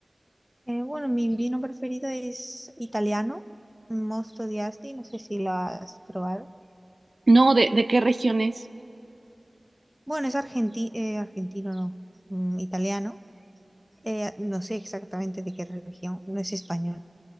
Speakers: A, in the centre; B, on the right.
A: Eh, bueno, mi vino preferido es italiano, Mosto di Asti, no sé si lo has probado.
B: No, ¿de, de qué regiones?
A: Bueno, es argenti- eh, argentino, no, mm, italiano. Eh, no sé exactamente de qué religión, no es español.